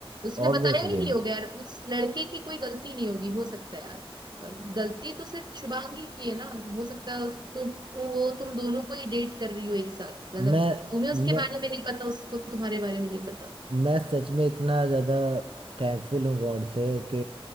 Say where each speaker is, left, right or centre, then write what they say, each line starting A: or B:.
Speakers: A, on the right; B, on the right.
A: उसने
B: ऑब्वियसली
A: बताया ही नहीं होगा यार उस लड़के की कोई गलती नहीं होगी हो सकता है यार गलती तो सिर्फ शुभांगी की है ना हो सकता है तुम वो तुम दोनों को ही डेट कर रही हो एक साथ मतलब
B: मैं
A: तुम्हें उसके
B: मैं
A: बारे में नहीं पता उसको तुम्हारे बारे में नहीं पता
B: मैं सच में इतना ज्यादा थैंकफुल हूँ गॉड से कि